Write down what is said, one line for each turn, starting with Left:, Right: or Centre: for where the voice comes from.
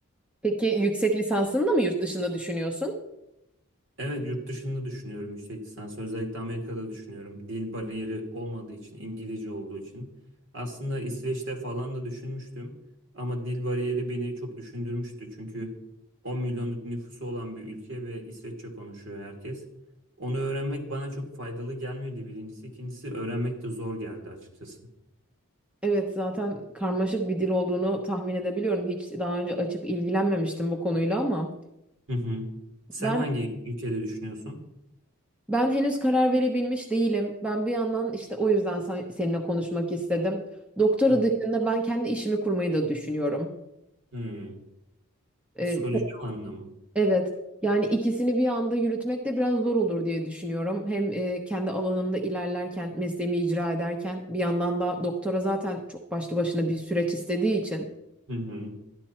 Centre: Peki yüksek lisansını da mı yurt dışında düşünüyorsun?
Right: Evet yurt dışında düşünüyorum yüksek lisans. Özellikle Amerika'da düşünüyorum. Dil bariyeri olmadığı için, İngilizce olduğu için. Aslında İsveç'te falan da düşünmüştüm. Ama dil bariyeri beni çok düşündürmüştü. Çünkü 10 milyonluk nüfusu olan bir ülke ve İsveççe konuşuyor herkes. Onu öğrenmek bana çok faydalı gelmedi birincisi. İkincisi öğrenmek de zor geldi açıkçası.
Centre: Evet, zaten karmaşık bir dil olduğunu tahmin edebiliyorum. Hiç daha önce açıp ilgilenmemiştim bu konuyla ama
Right: Hı hı. Sen
Centre: ben
Right: hangi ülkede düşünüyorsun?
Centre: Ben henüz karar verebilmiş değilim. Ben bir yandan işte o yüzden sen- seninle konuşmak istedim. Doktora
Right: Tabii.
Centre: dışında ben kendi işimi kurmayı da düşünüyorum.
Right: Hmm.
Centre: Ee,
Right: Psikoloji alanında mı?
Centre: evet. Yani ikisini bir anda yürütmek de biraz zor olur diye düşünüyorum. Hem e, kendi alanımda ilerlerken, mesleğimi icra ederken bir yandan da doktora zaten çok başlı başına bir süreç istediği için.
Right: Hı hı.